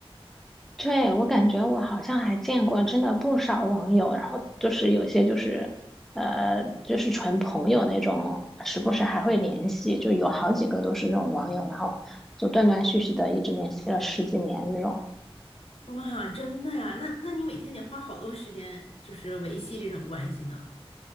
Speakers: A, in the centre; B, on the left.
A: 对，我感觉我好像还见过真的不少网友，然后就是有些就是，呃，就是纯朋友那种，时不时还会联系，就有好几个都是那种网友，然后就断断续续的一直联系了十几年这种。
B: 哇，真的呀？那那你每天得花好多时间，就是维系这种关系呢。